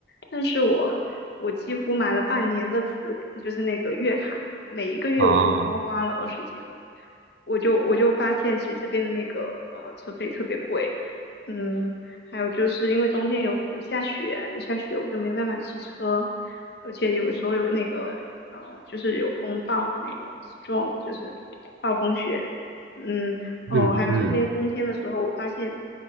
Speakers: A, on the left; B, on the right.
A: 但是我我几乎买了半年的次，就是那个月卡，每一个月我都多花了二十几欧，
B: 哦，
A: 我就我就发现其实这边的那个呃车费特别贵，嗯，还有就是因为冬天有有下雪，有下雪我就没办法骑车。而且有时候有那个呃，就是有风暴的那个 storm，就是暴风雪，嗯，哦，
B: 嗯嗯，
A: 还有这边冬天的时候，我发现